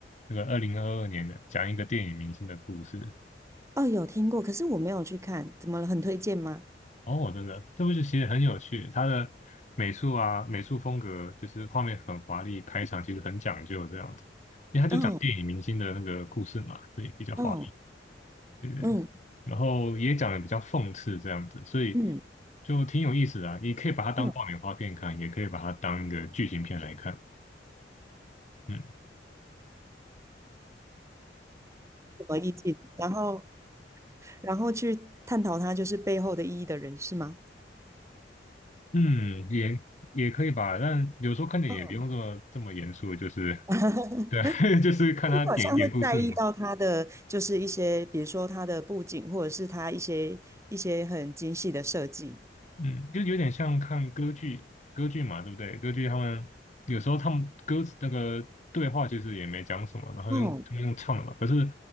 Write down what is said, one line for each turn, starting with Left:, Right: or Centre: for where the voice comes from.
Left: 这个二零二二年的，讲一个电影明星的故事。
Right: 哦，有听过，可是我没有去看，怎么了？很推荐吗？
Left: 哦，真的，这部剧其实很有趣，它的美术啊，美术风格就是画面很华丽，开场其实很讲究这样子，因为他就讲电影明星的那个故事嘛，
Right: 哦，
Left: 所以比较华丽，
Right: 哦，
Left: 对不对？
Right: 嗯
Left: 然后也讲的比较讽刺这样子，所以
Right: 嗯
Left: 就挺有意思的啊。你可以把它当爆米花片看，
Right: 嗯，
Left: 也可以把它当一个剧情片来看。嗯。
Right: 什么意境？然后，然后去探讨它就是背后的意义的人是吗？
Left: 嗯，也也可以吧，但有时候看电影也不用这么这么严肃，
Right: 哦，
Left: 就是
Right: <laughs>
Left: 对，<laughs> 就是看他演点故事嘛。
Right: 你好像会在意到他的就是一些，比如说他的布景，或者是他一些一些很精细的设计。
Left: 嗯，就有点像看歌剧，歌剧嘛，对不对？歌剧他们有时候他们歌词那个对话其实也没讲什么，然后用他们用唱的嘛，
Right: 哦，
Left: 可是